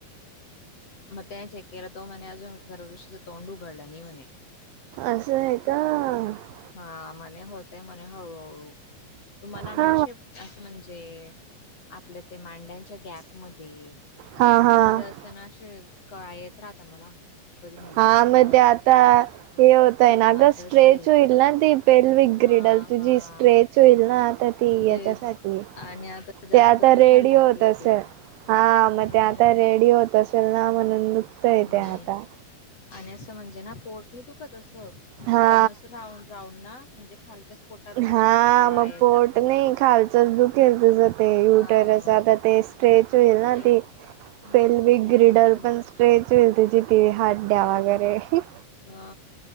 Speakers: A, on the left (about 40°); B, on the right (about 80°).
A: म चेक केलं त म अजून गर्भापिशवीच तोंड उघडलं नाही म्हणे <unintelligible>
B: असं आहे का <unintelligible>
A: हा म्हणे होतय म्हणे हळूहळू तुम्हाला
B: हा
A: ना असे <unintelligible> म्हणजे आपलं ते मांड्यांच्या गॅप म <unintelligible>
B: हा हा <unintelligible>
A: चणशे क येत राहता मला <unintelligible> मधी
B: हा म
A: ह
B: ते आता हे होतय
A: सुरुवात
B: नाग
A: असेल
B: स्ट्रेच होईल ना ते <unintelligible> पेल विग्रिडल
A: हा
B: तुझी
A: हा
B: स्ट्रेच होईल ना आता ती
A: तेच
B: याच्यासाठी <unintelligible>
A: आणि आता <unintelligible>
B: ते आता
A: दुखायला
B: रेडिओ
A: लागलंय
B: होत असेल
A: ते
B: हा
A: हम्म
B: मग ते आता रेडिओ होत असेल ना म्हणून दुखतय
A: म्हणून
B: ते आता
A: आणि असं म्हणजे ना पोट नाही दुखत असं
B: हा
A: पणच राऊंड <unintelligible> राहून ना म्हणजे खालच्या पोटात ना आशा
B: हा
A: कळा
B: मग
A: येत
B: पोट
A: <unintelligible>
B: नाही खालचंच दुखेल तुझं जर <unintelligible> ते
A: हा
B: यूटरस आता ते स्ट्रेच होईल ना
A: तेच
B: ते
A: हा
B: पेलवीक
A: ते
B: ग्रीडल
A: दुखत मग
B: पण ट्ट्रेचूल तुझ ती हात्ड्या
A: तेच
B: वगैरे
A: ना
B: <unintelligible>
A: हा